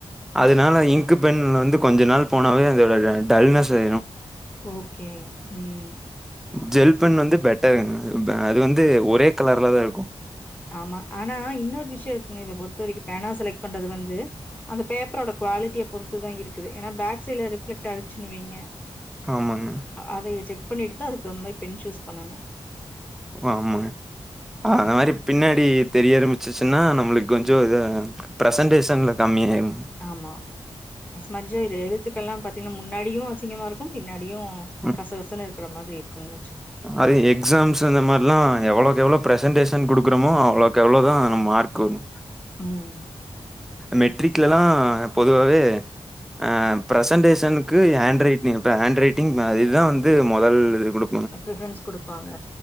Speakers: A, in the centre; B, on the left.
A: அதனால இங்க் பென் வந்து கொஞ்ச நாள் போனாவே அதோட டல்னஸ் ஆயிடு
B: ஓகே ம்
A: ஜெல் பென் வந்து பெட்டரு அது வந்து ஒரே கலர்ல தா இருக்கு
B: ஆமா ஆனா இன்னொரு விஷயோ இருக்குங்க இத பொறுத்த வரைக்கு பேனா செலக்ட் பண்றது வந்து அந்த பேப்பரோட குவாலிட்டிய பொறுத்து தா இருக்குது ஏன்னா பேக் சைட்ல ரிஃப்ளெக்ட் ஆயிருச்சின்னுவைங்க
A: ஆமா ஆமா
B: அத செக் பண்ணிட்டு தா அதுக்கு தகுந்தா‌ மாரி பென் சூஸ் பண்ணணு
A: ஆமா ஆமா அந்த மாரி பின்னாடி தெரிய ஆரம்பிச்சிச்சுன்னா நம்மளுக்கு கொஞ்சோ இதா பிரசன்டேசன்ல கம்மியாயிடும்
B: ஆமா ஸ்மட்ஜ் ஆயிரு எழுத்துக்கெல்லா பாத்தீங்கன்னா முன்னாடியும் அசிங்கமா இருக் க்கும் பின்னாடியு
A: ம்
B: கசகசன்னு இருக்கிற மாதிரி இருக்குங்குன்னு வெச்சி
A: அது எக்ஸாம்ஸ் அந்த மாரில்லா எவ்ளோக்கு எவ்ளோ ப்ரெசன்டேஷன் குடுக்குறோமோ அவ்ளோக்கு எவ்ளோதா நம்ம மார்க் வருமா
B: ம்
A: மெட்ரிக்ல எல்லா பொதுவாவே ஆ பிரென்டேஷனுக்கு ஏ ஹேண்ட் ரைட்டிங் இத்தா ஹேண்ட் ரைட்டிங் அ இதுதா வந்து மொதல் இது குடு
B: ப்ரிஃபரன்ஸ் குடுப்பாங்க.